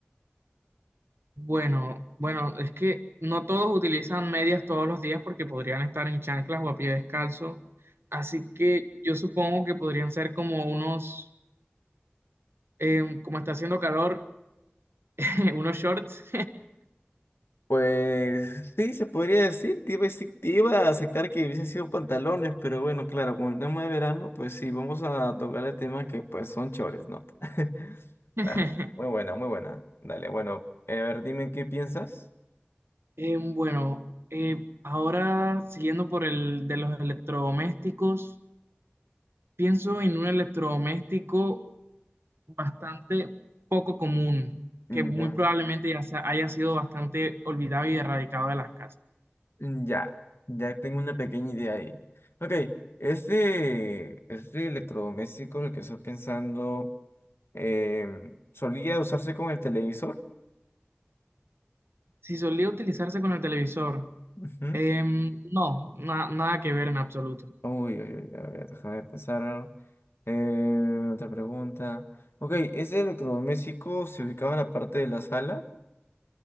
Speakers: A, on the right (about 85°); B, on the left (about 80°).
A: Bueno, bueno, es que no todos utilizan medias todos los días porque podrían estar en chanclas o a pie descalzo. Así que yo supongo que podrían ser como unos, em, como está haciendo calor, <laughs> unos shorts.
B: Pues sí, se podría decir, te iba, a decir- te iba a aceptar que hubiesen sido pantalones, pero bueno, claro, con el tema de verano, pues sí, vamos a tocarle temas que pues son chores ¿no? <laughs>
A: <laughs>
B: Dale, muy buena, muy buena. Dale, bueno, eh, a ver, dime qué piensas.
A: Em, bueno, eh, ahora siguiendo por el de los electrodomésticos, pienso en un electrodoméstico bastante poco común,
B: Mm,
A: que muy
B: Ya,
A: probablemente ya sea- haya sido bastante olvidado y erradicado de las casas.
B: Mm, ya, ya tengo una pequeña idea ahí. Ok, este, este electrodoméstico, en el que estás pensando, em, solía usarse con el televisor.
A: Si solía utilizarse con el televisor,
B: Ujú.
A: em, no, na- nada que ver en absoluto.
B: Uy, uy, uy, a ver, déjame pensar. Eh, otra pregunta. Ok, ¿ese electrodoméstico se ubicaba en la parte de la sala?